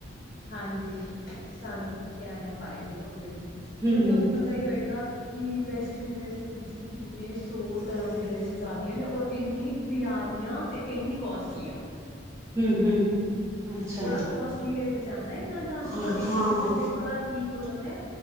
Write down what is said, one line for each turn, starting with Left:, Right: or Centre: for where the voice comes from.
Left: ਹਾਂਜੀ ਸਾਨੂੰ ਕਹਿ ਨਾ ਪਾਏ ਬਿਲਕੁਲ-ਬਿਲਕੁਲ।
Right: ਹੂੰ,
Left: ਹੁਣ ਤੁਹਾਨੂੰ ਪਤਾ ਈ ਹੋਏਗਾ ਕਿ ਵੈਸਟਰਨ ਡਰੈਸ ਦੇ ਵਿੱਚ ਵੀ ਕਿੰਨੇ ਸੌ ਤਰ੍ਹਾਂ ਦੀ ਡ੍ਰੈਸਿਸ ਆ ਗਈਆਂ ਨੇ ਔਰ ਇੰਨੀ ਪਿਆਰੀਆਂ ਤੇ ਇਨੀ ਕੋਸਟਲੀਆਂ
Right: ਹੂੰ-ਹੂੰ, ਅੱਛਾ
Left: ਬੜਾ ਕੋਸਟਲੀ ਰੇਟ ਨਈ ਇੰਨਾਂ ਦਾਨ, ਚਲੋ
Right: ਹਾਂ-ਹਾਂ,
Left: ਇੰਡੀਅਨ ਦਾ ਤਾਂ ਫੇਰ ਥੋੜਾ ਠੀਕ ਹੋ ਜਾਂਦੈ